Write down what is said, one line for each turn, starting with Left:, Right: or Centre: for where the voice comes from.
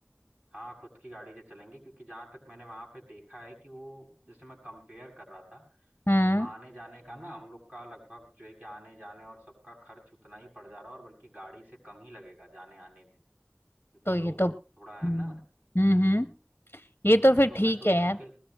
Right: हाँ खुद की गाड़ी से चलेंगे क्योंकि जहां तक मैंने वहां पे देखा है कि वो जैसे मैं कंपेयर कर रहा था
Left: हम्म
Right: तो आने जाने का ना हम लोग का लगभग जो है कि आने जाने और सबका खर्च उतना ही पड़ जा रहा है और बल्कि गाड़ी से कम ही लगेगा जाने आने में क्योंकि
Left: तो
Right: लोग
Left: ये तो हम्म
Right: थोड़ा है ना
Left: हम्म ये तो फिर
Right: तो
Left: ठीक
Right: मैं सोच
Left: है यार
Right: रहा हूँ कि